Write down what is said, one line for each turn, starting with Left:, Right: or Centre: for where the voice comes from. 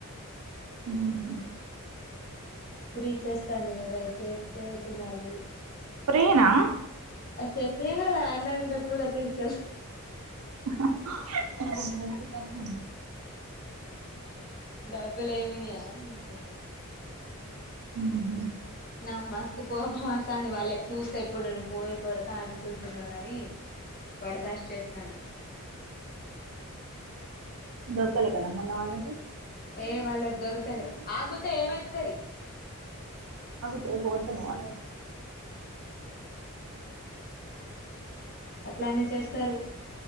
Right: ఉహు
Left: ఫ్రీ చేస్తాంది కదా చేస్తే తినాలి
Right: ఫ్రీనా
Left: చెప్తేనే కదా అన్నం ఇంగా కూరా తీసుక
Right: సర
Left: డబ్బులేమియ్య అసలుకే
Right: ఉ
Left: నాక్ మస్త్ కోబ మస్ వస్తాంది వాళ్ళకి చూస్తే ఎప్పుడు పోయి కొడతా అనుకుంటున్నా గాని బడదాష్ చేస్తాన
Right: దొరకాల కదా మళ్ల వాళ్ళకి
Left: ఏయ్ వాళ్ళకి దొరకలే ఆగుతే ఏమైతది
Right: తే పోతనువా
Left: అట్లానే చేస్తారు